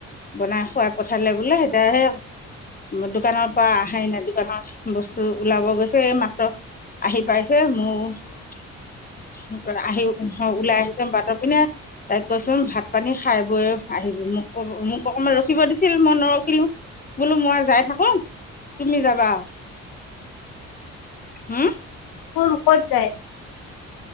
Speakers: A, on the left (about 25°); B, on the left (about 80°).
A: বনাই খোৱাই পঠালে বোলে এতিয়া এই দোকানৰ পৰা আহে নাই দোকানৰ বস্তু ওলাব গৈছে এই মাত্ৰ আহি পাই চে মোৰ আহি ওহ উওলাই আহি বাতৰ পিনে তাইক কৈচোন ভাত পানী খাই বৈ আহিবি মোক মোক অকমান ৰখিব দিছিল মই নৰখিলো। বোলো মই যাই থাকো তুমি যাবা। হম
B: কোন কত যায়?